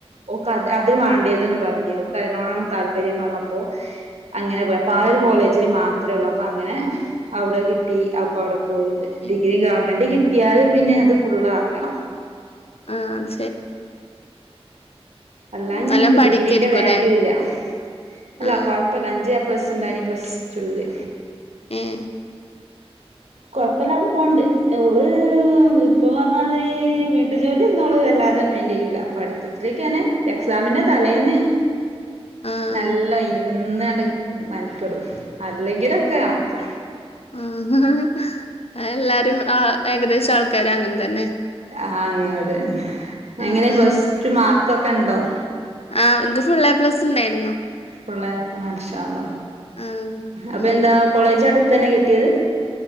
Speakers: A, on the right (about 85°); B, on the left (about 65°).
A: ഓക്ക് അ അത് വേണ്ടിയതന്ന് പറഞ്ഞ അതിനോടാണ് താല്പര്യം പറഞ്ഞപ്പോ അങ്ങനെ പോയ അപ്പ ആ ഒരു കോളേജിൽ മാത്രമേ ഉള്ളൂ അപ്പ അങ്ങനെ അവിടെ കിട്ടി അപ്പ അവിടെ- പോയിണ്ട്
B: ഏഹ്
A: ഡിഗ്രി ഗവൺമെന്റ് കിട്ടി കിട്ടിയാല് പിന്നെ അത് ഫുള്ള് ആക്കണം
B: ആഹ അത-
A: അല്ലാ നമക്ക്
B: നല്ലോം പഠിക്കായിരിക്കുംല്ലേ
A: ഡിഗ്രീന്റെ വാല്യൂ ഇല്ല അല്ല
B: ആഹ്
A: കൊഴപ്പില്ല അഞ്ച്- പ്ലസ് ഉണ്ട് പ്ലസ് ടുല്
B: <unintelligible>
A: കൊഴപ്പില്ലാതെ പോണുണ്ട് ഓള് ഇപ്പൊ പറഞ്ഞാത് വീട്ട്ജോലി ഇന്നോള് വല്ലാതാൻ വേണ്ടി ചെയൂല പടിത്തത്തിലേക്ക്ന്നെ- എക്സാമിന്റെ തലേന്ന്
B: ആഹ്
A: നല്ല ഇരുന്ന് കണ്ട് മെനക്കടും അല്ലെങ്കിലൊക്കെ കണക്കാം
B: ആഹ ആ എല്ലാരും ആ ഏകദേശം ആൾക്കാരും അങ്ങനെ തന്നെ
A: ആ ആങ്ങനെ അത്
B: ആഹ്
A: എങ്ങനെ പ്ലസ് ടു മാർക്ക് കക്കണ്ടോ <unintelligible>
B: ആഹ് ഇൻക്ക് ഫുൾ എ പ്ലസ് ഇണ്ടായിരുന്നു.
A: പിള്ളേര്പ്പം മാശാള്ളാ
B: ആഹ്
A: അപ്പൊ
B: ഉം
A: എന്താ കോളേജ് അടുത്ത് തന്നെ കിട്ടിയത്